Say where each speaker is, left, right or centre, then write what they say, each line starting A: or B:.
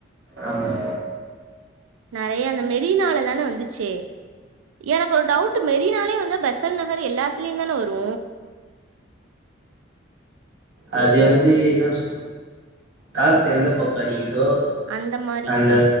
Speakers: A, on the right; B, on the right.
A: ஆமா
B: நறைய அந்த மெரினால தான வந்துச்சு எனக்கு ஒரு டவுட்டு மெரினாலே வந்து பெசல் நகர் எல்லாத்லியுந் தான வரு
A: அது வந்து என்னா சொ காத்து எந்தப் பக்கொ அடிக் தோ
B: அந்த மாரி
A: அந்த
B: ஆ